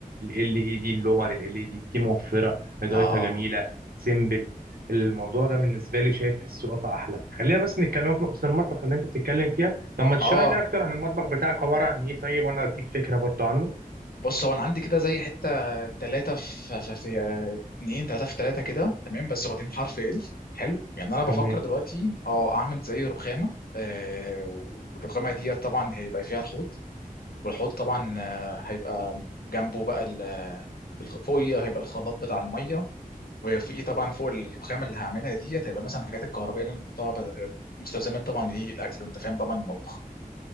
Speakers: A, on the right; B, on the left.
A: ال اي دي اللومه لل اي دي دي موفره اضاءتها
B: اه
A: جميله سيمبل الموضوع ده بالنسبه لي شايف في السقف احلى خلينا بس نتكلم في نقطه المطبخ اللي انت بتتكلم فيها طب ما تشرح
B: اه
A: لي اكتر عن المطبخ بتاعك عباره عن ايه طيب وانا اديك فكره برضو عنه
B: بص هو انا عندي كده زي حته ثلاثه في في في- آه، اتنين ثلاثه في ثلاثه كده تمام بس واخدين حرف ال حلو يعني انا بفكر
A: تمام
B: دلوقتي اه اعمل زي رخامه آه والرخامه دي طبعا هيبقى فيها الحوض والحوض طبعا آه، هيبقى جنبه بقى ال- آه، الخ- فوقيه هيبقى الخلاط بتاع الميه وفوقيه طبعا فوق الرخامه اللي هعملها ديت هيبقى مثلا حاجات الكهربائيه اللي انا بحطها ب- مستلزمات طبعا ايه الاكل وانت فاهم طبعا المطبخ